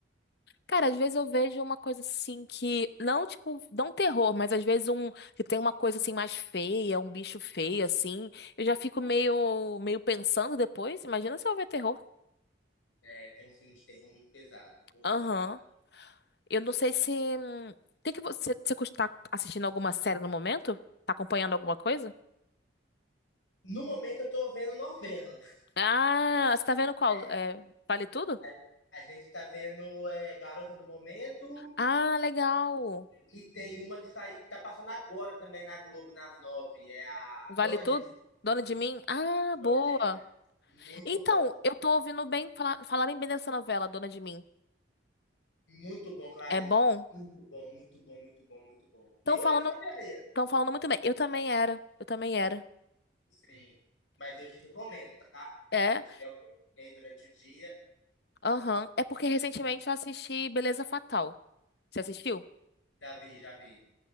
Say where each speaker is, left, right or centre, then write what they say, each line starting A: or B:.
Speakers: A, on the left (about 55°); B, on the left (about 85°).
A: Cara, às vezes eu vejo uma coisa assim que, não tipo, não terror, mas às vezes um que tem uma coisa assim mais feia, um bicho feio assim, eu já fico meio meio pensando depois, imagina se eu ver terror.
B: É, tem um filme de terror muito pesado, muito
A: Aham.
B: pesado.
A: Eu não sei se hum, tem que você você está assistindo alguma série no momento? Tá acompanhando alguma coisa?
B: No momento eu tô vendo novela. <laughs>
A: Ah, você tá vendo qual?
B: É,
A: É, Vale Tudo?
B: a, a gente tá vendo é, Garota do Momento
A: Ah, legal.
B: e tem uma que sai, que tá passando agora também na Globo, nas nove. É a
A: Vale
B: Dona
A: Tudo?
B: de Mim.
A: Dona de Mim? Ah, boa.
B: Dona de Mim. Muito
A: Então,
B: bom.
A: eu tô ouvindo bem fala- falarem bem dessa novela, Dona de Mim.
B: Muito bom, Clarice.
A: É bom?
B: Muito bom, muito bom, muito bom, muito bom.
A: Estão
B: Eu
A: falando,
B: era noveleiro,
A: estão falando muito bem. Eu também era, eu também era.
B: sim. Mas eu te recomendo, tá?
A: É,
B: Se tiver um tempinho aí durante o dia,
A: aham. É porque recentemente eu assisti Beleza Fatal. Você assistiu?
B: já vi, já vi.